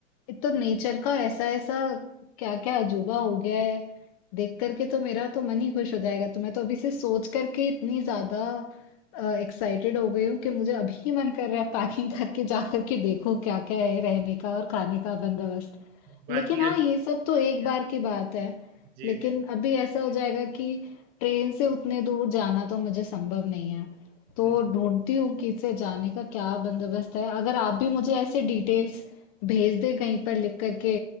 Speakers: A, on the left (about 30°); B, on the right (about 35°).
A: एक तो नेचर का ऐसा ऐसा क्या क्या अजूबा हो गया है देख करके तो मेरा तो मन ही खुश हो जाएगा तो मैं तो अभी से सोच करके इतनी ज्यादा एक्साइटेड हो गई हूँ कि मुझे अभी ही मन कर रहा है पैकिंग <laughs> करके जा करके देखो क्या क्या है रहने का और खाने का बंदोबस्त
B: बाकी
A: लेकिन हाँ
B: अ-
A: ये सब तो एक बार की बात है
B: जी
A: लेकिन
B: जी
A: अभी ऐसा हो जाएगा कि ट्रेन से उतने दूर जाना तो मुझे संभव नहीं है तो
B: जी
A: ढूँढती हूँ कि इससे जाने का क्या बंदोबस्त है। अगर आप भी मुझे ऐसे डिटेल्स भेज दें कहीं पर लिख कर के,